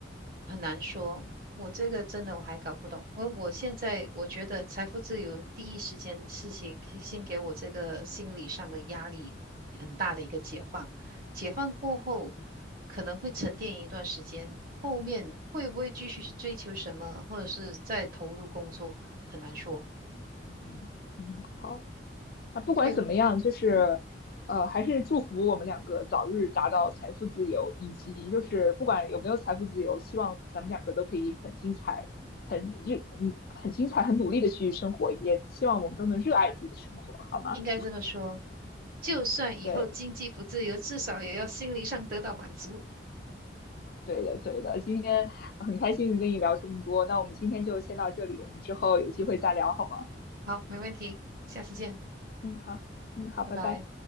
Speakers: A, on the right (about 50°); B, on the left (about 50°).
A: 很难说，我这个真的我还搞不懂。我我现在我觉得财富自由第一时间是先先给我这个心理上的压力很大的一个解放，解放过后
B: 嗯
A: 可能会沉淀一段时间，后面会不会继续去追求什么，或者是再投入工作，很难说。
B: 嗯。嗯，好。那不管怎么样，
A: 哎，
B: 就是，
A: 嗯，
B: 呃，还是祝福我们两个早日达到财富自由，以及就是不管有没有财富自由，希望咱们两个都可以很精彩，很热，嗯，很精彩，很努力的去生活，也希望我们都能热爱自己的生活，好吗？
A: 应该这么说，就算以后经济不自由，
B: 对，
A: 至少也要心理上得到满足。
B: 对的，对的。今天很开心跟你聊这么多，那我们今天就先到这里，我们之后有机会再聊好吗？
A: 好，没问题，下次见，
B: 嗯，好，嗯，好，
A: 拜拜。
B: 拜拜。